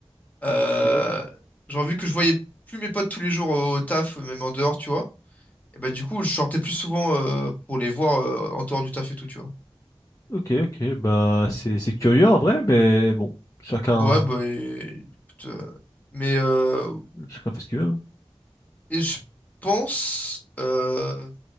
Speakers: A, on the left (about 15°); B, on the left (about 30°).
A: Euh,
B: Ok,
A: genre, vu que je voyais plus mes potes tous les jours au, au taf, euh, même en dehors, tu vois, et bah, du coup, je sortais plus souvent euh, pour les voir euh, en dehors du taf et tout, tu vois.
B: ok, ok. Bah, c'est c'est curieux en vrai, mais bon, chacun,
A: Ouais, bah, et- écoute, euh, mais euh,
B: chacun fait ce qu'il veut. hein.
A: et je pense, euh,